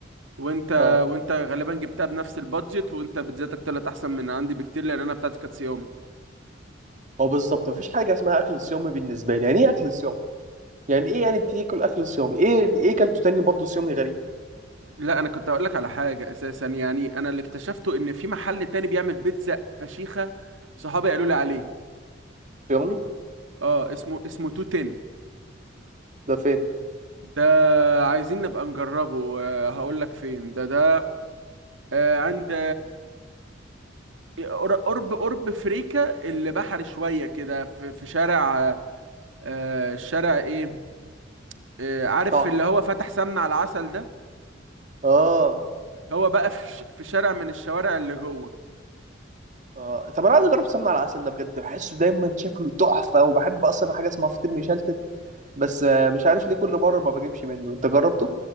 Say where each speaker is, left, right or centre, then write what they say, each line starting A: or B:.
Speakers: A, on the right; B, on the right.
A: وانت
B: أه
A: وانت غالبا جبتها بنفس البادجت وانت بيتزاتك طلعت احسن من عندي بكتير لان انا بتاعتي كانت صيامي
B: هو بالظبط مفيش حاجة اسمها أكل صيامي بالنسبة لي يعني إيه أكل صيامي؟ يعني إيه يعني تاكل أكل صيامي؟ إيه إيه كلته تاني برضه صيامي غريب؟
A: لا انا كنت هقول لك على حاجه اساسا يعني انا اللي اكتشفته ان في محل تاني بيعمل بيتزا فشيخه صحابي قالوا لي عليه
B: صيامي؟
A: اه اسمه اسمه 210
B: ده فين؟
A: ده عايزين نبقى نجربه آه، هقول لك فين ده ده آه، عند قر- قرب قرب فريكا اللي بحري شويه كده في في شارع آه، الشارع ايه آه، عارف
B: طبعا
A: اللي هو فتح سمنة على العسل ده
B: آه
A: هو بقى في ش- في شارع من الشوارع اللي جوه
B: آه طب أنا عايز أجرب سمنة على العسل ده بجد بحسه دايما شكله تحفة وبحب أصلا حاجة اسمها فطير مشلتت بس آه، مش عارف ليه كل مرة ما بجيبش منه أنت جربته؟